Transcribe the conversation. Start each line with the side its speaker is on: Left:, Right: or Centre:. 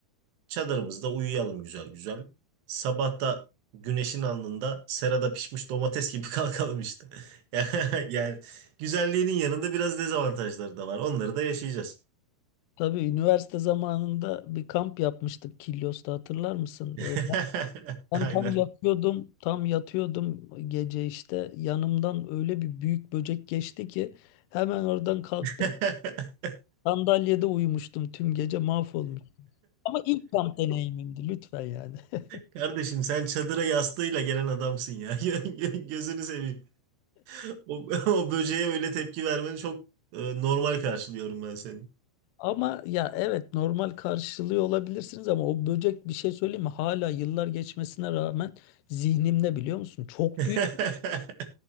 Right: Çadırımızda uyuyalım güzel güzel. Sabahta güneşin alnında serada pişmiş domates gibi <laughs> kalkalım işte. <laughs> Yani güzelliğinin yanında biraz dezavantajları da var. Onları da yaşayacağız.
Left: Tabii üniversite zamanında bir kamp yapmıştık Kilyos'ta hatırlar mısın?
Right: <laughs>
Left: E, Ben
Right: Aynen.
Left: tam yatıyordum, tam yatıyordum gece işte yanımdan öyle bir büyük böcek geçti ki hemen oradan kalktım.
Right: <laughs>
Left: Sandalyede uyumuştum tüm gece mahvolmuş. Ama ilk kamp deneyimimdi lütfen yani. <laughs>
Right: Kardeşim sen çadıra yastığıyla gelen adamsın ya. <laughs> Gö- gö- Gözünü seveyim. O, <laughs> o böceğe öyle tepki vermeni çok e, normal karşılıyorum ben senin.
Left: Ama ya evet normal karşılıyor olabilirsiniz ama o böcek bir şey söyleyeyim mi? Hala yıllar geçmesine rağmen zihnimde biliyor musun? Çok
Right: <laughs>
Left: büyük.